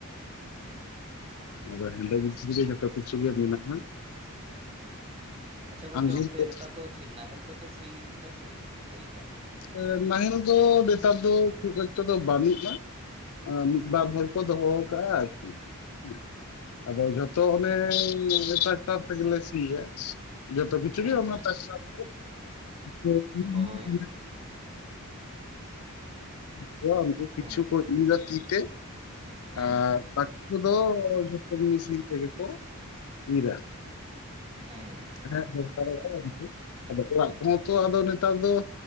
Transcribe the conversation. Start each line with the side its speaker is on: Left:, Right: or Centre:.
Right: ᱦᱩᱸ
Left: ᱟᱫᱚ ᱦᱮᱸᱫᱮ ᱡᱤᱱᱤᱥ ᱨᱮᱜᱮ ᱡᱚᱛᱚ ᱠᱤᱪᱷᱩ ᱜᱮ ᱢᱮᱱᱟᱜᱼᱟ ᱦᱮᱸ
Right: ᱟᱪᱪᱷᱟ ᱜᱚᱝᱠᱮ
Left: ᱟᱸᱜᱤᱨ
Right: ᱚᱱᱛᱮ
Left: ᱠᱚ
Right: ᱱᱮᱛᱟᱨ ᱫᱚ ᱪᱮᱫ ᱱᱟᱦᱮᱞ ᱛᱮ ᱯᱮ ᱥᱤ ᱮᱫᱟ ᱥᱮ ᱪᱮᱫ ᱞᱮᱠᱟ?
Left: <unintelligible> ᱱᱟᱦᱮᱞ ᱫᱚ ᱱᱮᱛᱟᱨ ᱫᱚ ᱠᱷᱩᱵ ᱮᱠᱴᱟ ᱫᱚ ᱵᱟᱹᱱᱩᱜᱼᱟ᱾ <unintelligible> ᱢᱤᱫ ᱵᱟᱨ ᱦᱚᱲ ᱠᱚ ᱫᱚᱦᱚᱣ ᱠᱟᱜᱼᱟ ᱟᱨᱠᱤ ᱾ <inaudible> ᱟᱫᱚ ᱡᱷᱚᱛᱚ ᱚᱱᱮᱻ ᱴᱨᱟᱠᱴᱟᱨ ᱛᱮᱜᱮᱞᱮ ᱥᱤᱭᱟ ᱾ ᱡᱚᱛᱚ ᱠᱤᱪᱷᱩ
Right: ᱦᱩᱸ
Left: ᱜᱮ ᱚᱱᱟ ᱴᱨᱟᱠᱴᱟᱨ <unintelligible>
Right: ᱦᱳᱭ
Left: <unintelligible> ᱩᱱᱠᱩ ᱠᱤᱪᱷᱩ
Right: ᱦᱩᱸ
Left: ᱠᱚ ᱤᱻᱨᱟ ᱛᱤᱛᱮ ᱾
Right: ᱦᱩᱸ
Left: <inaudible> ᱟᱨ ᱵᱟᱠᱤ ᱫᱚ ᱡᱷᱚᱛᱚ ᱜᱮ ᱢᱮᱥᱤᱱ ᱛᱮᱜᱮ ᱠᱚ ᱤᱻᱨᱟ᱾
Right: ᱦᱩᱸ
Left: ᱦᱮᱸ ᱦᱮᱸ ᱫᱚᱨᱠᱟᱨᱚᱜᱼᱟ ᱜᱚᱝᱠᱮ ᱟᱨ ᱩᱱᱠᱩ ᱚᱲᱟᱜ ᱠᱚᱦᱚᱸ ᱛᱚ ᱱᱮᱛᱟᱨ ᱫᱚ ᱼᱼ